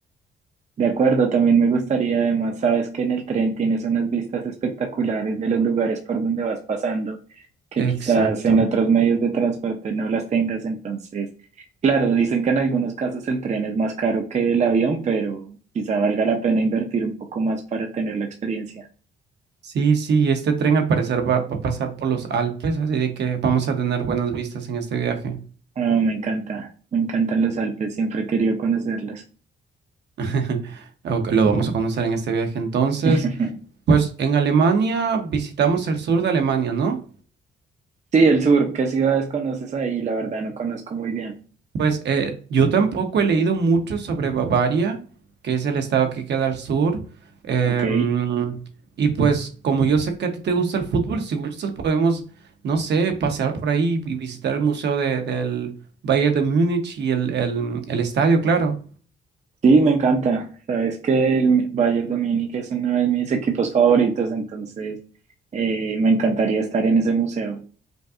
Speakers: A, on the right; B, on the right.
A: De acuerdo, también me gustaría, además, sabes que en el tren tienes unas vistas espectaculares de los lugares por donde vas pasando, que
B: Exacto.
A: quizás en otros medios de transporte no las tengas. Entonces, claro, dicen que en algunos casos el tren es más caro que el avión, pero quizá valga la pena invertir un poco más para tener la experiencia.
B: Sí, sí, y este tren al parecer va, va a pasar por los Alpes, así de que vamos a tener buenas vistas en este viaje.
A: Ah, me encanta, me encantan los Alpes, siempre he querido conocerlos.
B: <laughs> Ok, Lo vamos a conocer en este viaje entonces.
A: <laughs>
B: Pues en Alemania visitamos el sur de Alemania, ¿no?
A: Sí, el sur, ¿qué ciudades conoces ahí? La verdad no conozco muy bien.
B: Pues eh, yo tampoco he leído mucho sobre Bavaria, que es el estado que queda al sur. Em,
A: Ok.
B: y pues como yo sé que a ti te gusta el fútbol, si gustas podemos, no sé, pasear por ahí y visitar el museo de- del Bayern de Múnich y el, el el estadio, claro.
A: Sí, me encanta. Sabes que el Bayern Dominique es uno de mis equipos favoritos, entonces eh, me encantaría estar en ese museo.